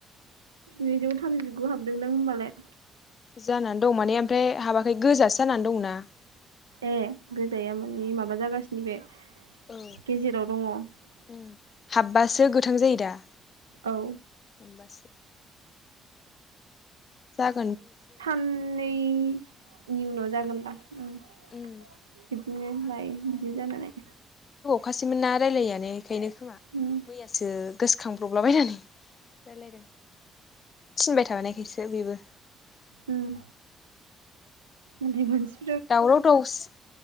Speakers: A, on the right; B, on the left.
A: नैजौ थामजिगु हाबदोंदां होमबालाय।
B: जानानै दं माने ओमफ्राय हाबाखै गोजासो जानानै दंना।
A: ए गोजाया माने माबा जागासिनो बे
B: औ
A: गेजेराव दङ औ
B: उम हाबबासो गो थां जायो दा?
A: औ।
B: <unintelligible> जा
A: साननैनि उनाव जागोनदा उम्म
B: उम
A: बिदिनो लायो बिदि जानानै
B: खासैमोन ना रायज्लायैयानो बेखायनो खोमा
A: उम
B: मैयासो गोसो खांब्रबलाबायनानै रायलायदों थिनबाय थाबानायखायसो बेबो।
A: उम्म उन्दै मानसि
B: दावराव दावसि